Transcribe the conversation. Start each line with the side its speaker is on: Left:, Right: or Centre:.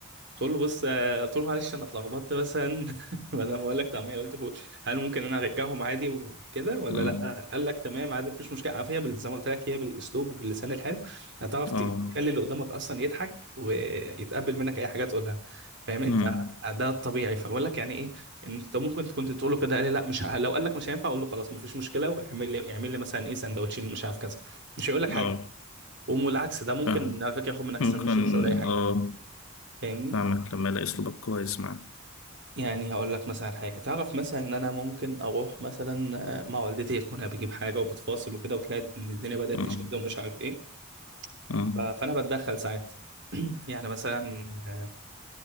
Right: قلت له بص آه، قلت له معلش انا اتلخبطت مثلا <laughs> بدل ما اقول لك طعميه قلت فول هل ممكن انا ارجعهم عادي وكده ولا
Left: مم.
Right: لا قال لك تمام عادي مفيش مشكله عارف هي بال- زي ما قلت لك هي بالاسلوب وباللسان الحلو هتعرف تخلي
Left: اه
Right: اللي قدامك اصلا يضحك ويتقبل منك اي حاجه تقولها فاهم انت
Left: مم.
Right: ده الطبيعي فبقول لك يعني ايه انت ممكن كنت تقول له كده قال لي لا مش ه... لو قال لك مش هينفع اقول له خلاص مفيش مشكله واعمل لي اعمل لي مثلا ايه سندوتشين مش عارف كذا مش هيقول لك حاجه
Left: اه
Right: والعكس ده ممكن
Left: فاهم
Right: على فكره ياخد منك
Left: ممكن
Right: سندوتشين مش هيقول اي حاجه
Left: اه
Right: فاهمني
Left: فاهمك لما يلاقي اسلوبك كويس معاه
Right: يعني هقول لك مثلا حاجه تعرف مثلا ان انا ممكن اروح مثلا آه، مع والدتي تكون بجيب حاجه وبتفاصل وكده وتلاقي ان الدنيا بدات
Left: اه
Right: تشد ومش عارف ايه
Left: اه
Right: ف- فانا بتدخل ساعات <clears throat> يعني مثلا آه،